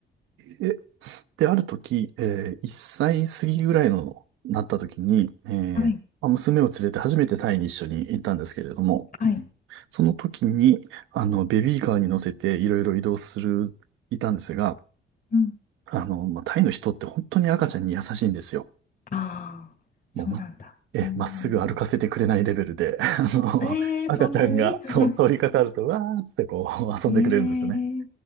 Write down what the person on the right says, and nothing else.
で、で、ある時、えー、1歳過ぎぐらいの、なった時に、えーまあ娘を連れて初めてタイに一緒に行ったんですけれども、
その時に、あの、ベビーカーに乗せていろいろ移動する、いたんですが、
あの、まあ、タイの人って本当に赤ちゃんに優しいんですよ。
もうま、え、
まっすぐ歩かせてくれないレベルで、<laughs> あの、
赤ちゃんが、そう、
通りかかると、わーっつってこう、遊んでくれるんですね。